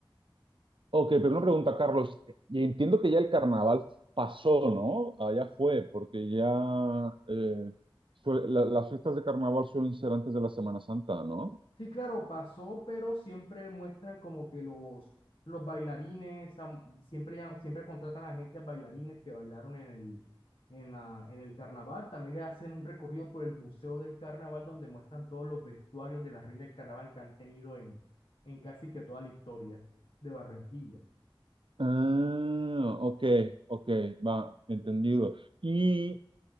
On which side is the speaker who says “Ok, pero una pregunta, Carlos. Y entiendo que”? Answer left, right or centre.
Right